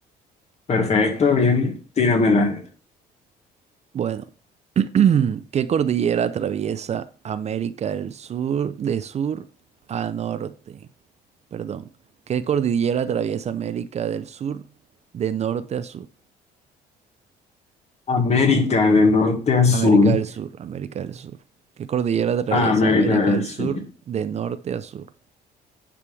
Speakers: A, on the left (about 40°); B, on the right (about 40°).
A: Perfecto, bien. Tíramela.
B: Bueno, <clears throat> ¿qué cordillera atraviesa América del Sur de sur a norte? Perdón. ¿Qué cordillera atraviesa América del Sur de norte a sur?
A: América de norte a sur.
B: América del Sur, América del Sur. ¿Qué cordillera atraviesa
A: Ah, América
B: América
A: del
B: del
A: Sur.
B: Sur de norte a sur?